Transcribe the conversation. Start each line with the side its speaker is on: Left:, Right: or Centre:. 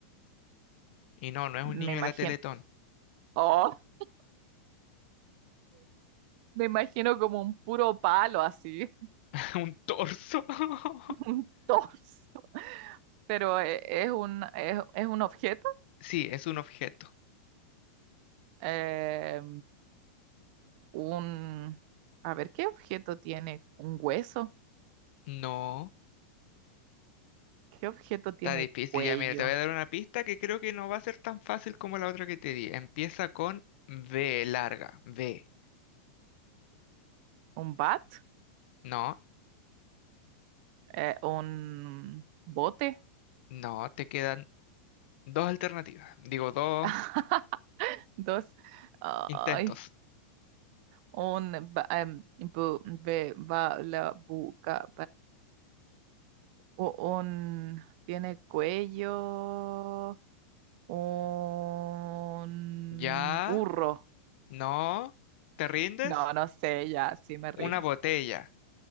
Left: Y no, no es un
Right: me
Left: niño
Right: imagino,
Left: de la Teletón.
Right: oh, <laughs> me imagino como un puro palo así,
Left: <laughs> Un torso. <laughs>
Right: <laughs> un torso, pero eh, es un, es, es un objeto,
Left: Sí, es un objeto.
Right: eh, un, a ver, ¿qué objeto tiene un hueso?
Left: No,
Right: ¿Qué objeto tiene
Left: está difícil.
Right: cuello?
Left: Ya, mira, te voy a dar una pista que creo que no va a ser tan fácil como la otra que te di. Empieza con B, larga. B.
Right: ¿Un bat?
Left: No,
Right: Eh, ¿un bote?
Left: no, te quedan dos alternativas. Digo, dos
Right: <laughs> Dos. Ay,
Left: intentos.
Right: un ba- em, bu- be- ba- la buca, u- un, tiene cuello, un
Left: Ya,
Right: burro.
Left: no, ¿te rindes?
Right: No, no sé, ya, sí me rindo.
Left: Una botella.